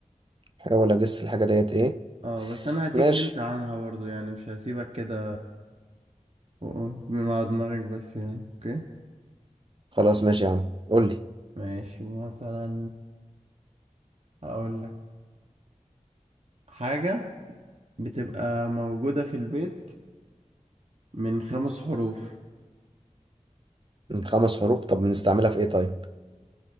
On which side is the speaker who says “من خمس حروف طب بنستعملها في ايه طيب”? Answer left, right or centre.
Right